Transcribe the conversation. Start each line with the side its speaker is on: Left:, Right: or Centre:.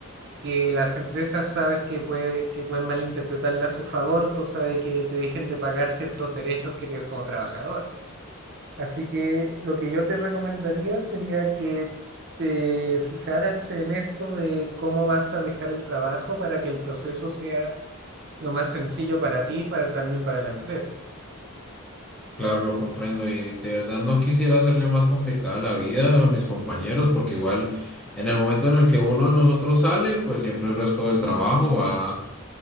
Right: que las empresas sabes que, puede, que pueden malinterpretarla a su favor, cosa de que te dejen de pagar ciertos derechos que tienes como trabajador. Así que lo que yo te recomendaría sería que te fijaras en esto de cómo vas a dejar el trabajo para que el proceso sea lo más sencillo para ti y para, también para la empresa.
Centre: Claro, lo comprendo y de verdad no quisiera hacerle más complicada la vida a mis compañeros porque igual en el momento en el que uno de nosotros sale, pues siempre el resto del trabajo va